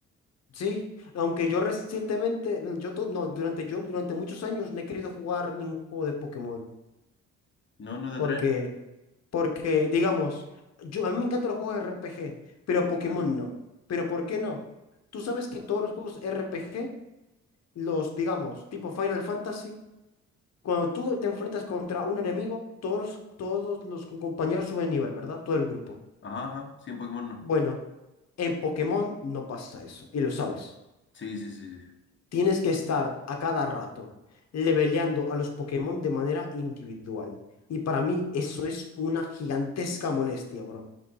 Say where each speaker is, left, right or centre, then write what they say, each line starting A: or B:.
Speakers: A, on the left; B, on the left.
A: sí. Aunque yo recientemente, mm, yo to- no, durante yo, durante muchos años no he querido jugar ningún juego de Pokémon.
B: No, no te
A: Porque,
B: atrae mucho,
A: porque, digamos, yo, a mí me encantan los juegos RPG, pero Pokémon
B: claro.
A: no. ¿Pero por qué no? Tú sabes que todos los juegos RPG, los, digamos, tipo Final Fantasy, Cuando tú te enfrentas contra un enemigo, todos los, todos los compañeros suben de nivel, ¿verdad? Todo el grupo.
B: Ajá, ajá, sí, en Pokémon no.
A: Bueno, en Pokémon no pasa eso, y lo sabes.
B: Sí, sí, sí, sí.
A: Tienes que estar a cada rato leveleando a los Pokémon de manera individual. Y para mí eso es una gigantesca molestia, bro.